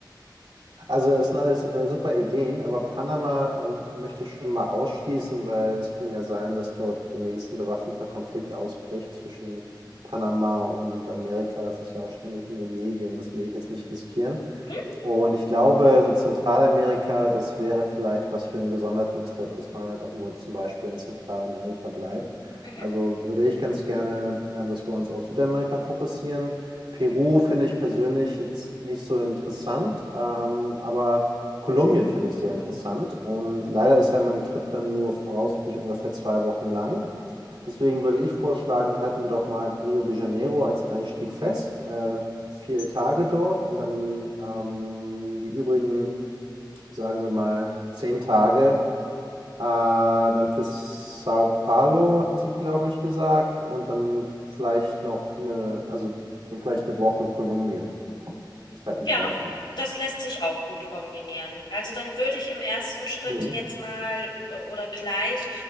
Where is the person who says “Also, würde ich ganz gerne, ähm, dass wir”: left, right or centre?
Right